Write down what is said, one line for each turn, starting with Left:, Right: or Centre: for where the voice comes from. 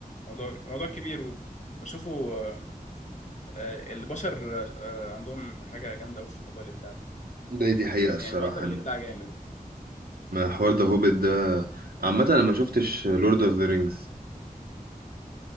Left: موضوع موضوع كبير و... بشوفه آه، آه، البشر آه، آه، عندهم حاجه جامده قوي في موضوع الابداع ده
Right: ده دي
Left: آه،
Right: حقيقة
Left: ب-
Right: الصراحة
Left: يعني بقدر الابداع
Right: إن-
Left: جامد يعني
Right: ما حوار ذا هوبيت ده عامة انا ما شفتش لورد اوف ذا رينجز